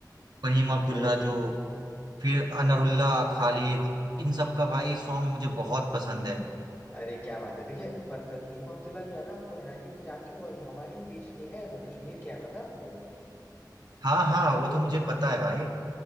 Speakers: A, on the right (about 65°); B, on the left (about 35°).
A: फहीम अब्दुल्ला
B: अरे
A: जो फिर अनरुल्ला खालिद इन सब का भाई सॉन्ग मुझे बहुत पसंद है
B: अरे क्या बात है देखिए फ- फ- फहीम अब्दुल्ला जो है ना आपको हैरानी होगी जान के वो हमारे ही देश के हैं वो कश्मीर के हैं पता है आपको
A: हाँ हाँ वो तो मुझे पता है
B: जी
A: भाई
B: जी